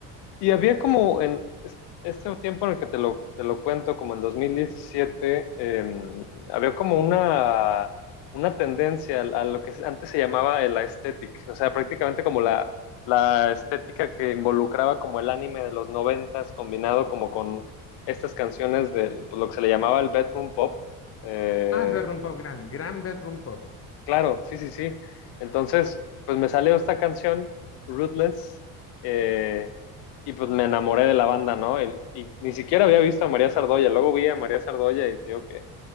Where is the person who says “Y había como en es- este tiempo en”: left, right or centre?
Left